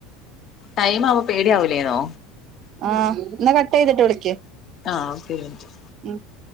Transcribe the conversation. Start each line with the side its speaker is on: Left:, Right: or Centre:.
Left: ടൈം മ് ആവ്മ്പം പേടിയാവൂല്ലേന്നോ
Right: ആഹ് ന്നാ കട്ട് ചെയ്തിട്ട് വിളിക്ക്
Left: ആഹ് ഓക്ക ഒര് മിന് റ്റ്
Right: ഉം